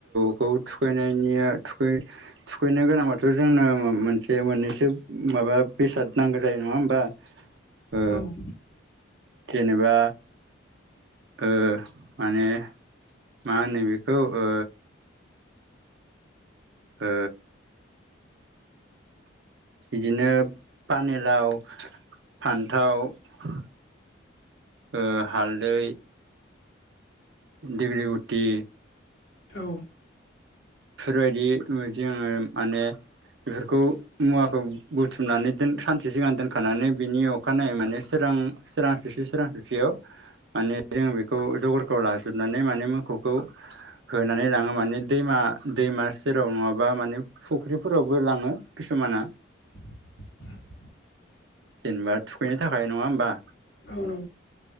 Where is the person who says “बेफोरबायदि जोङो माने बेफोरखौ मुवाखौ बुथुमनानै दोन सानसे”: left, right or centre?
Right